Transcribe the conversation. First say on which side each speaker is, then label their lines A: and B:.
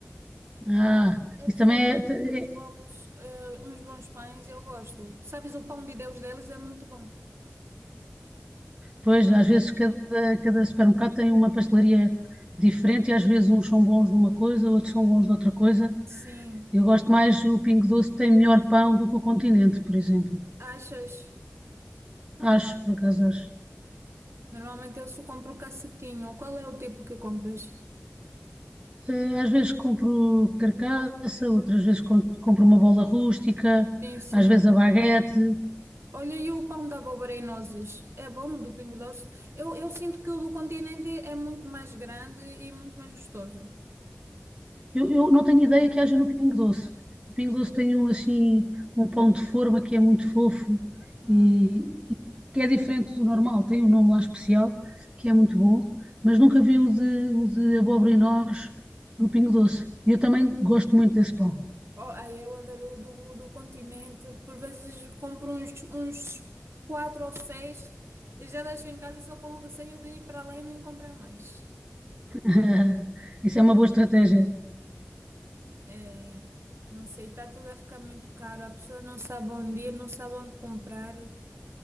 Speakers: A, on the right (about 20°); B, on the right (about 65°).
A: Ah,
B: Eles
A: isso também
B: fazem
A: é.
B: uns bons
A: é-
B: bolos, eh, uns bons pães, eu gosto. Sabes, o pão de Deus deles é muito bom.
A: pois, às vezes cada, cada supermercado tem uma pastelaria diferente e às vezes uns são bons numa coisa, outros são bons noutra coisa.
B: Sim.
A: Eu gosto mais, o Pingo Doce tem melhor pão do que o Continente, por exemplo.
B: Achas?
A: Acho, por acaso acho.
B: Normalmente eu só compro o cacetinho. Qual é o tipo que compras?
A: Eh, Às vezes compro carcaça, outras vezes com- compro uma bola rústica,
B: Sim, sim.
A: às vezes a baguete.
B: Olha, e o pão da abóbora e nozes? É bom do Pingo Doce? Eu, eu sinto que o do continente é muito mais grande e muito mais gostoso.
A: Eu, eu não tenho ideia que haja no Pingo Doce. O Pingo Doce tem um, assim, um pão de forma que é muito fofo
B: Hum.
A: e que é diferente do normal. Tem um nome lá especial, que é muito bom, mas nunca vi o de, o de abóbora e nós no Pingo Doce. E Eu também gosto muito desse pão.
B: Oh, ai, eu adoro o do, o do Continente. Por vezes compro uns, uns quatro ou seis e já deixo em casa só com receio de ir para lá e não encontrar mais.
A: <laughs> Isso é uma boa estratégia.
B: É, não sei, está tudo a ficar muito caro. A pessoa não sabe onde ir, não sabe onde comprar.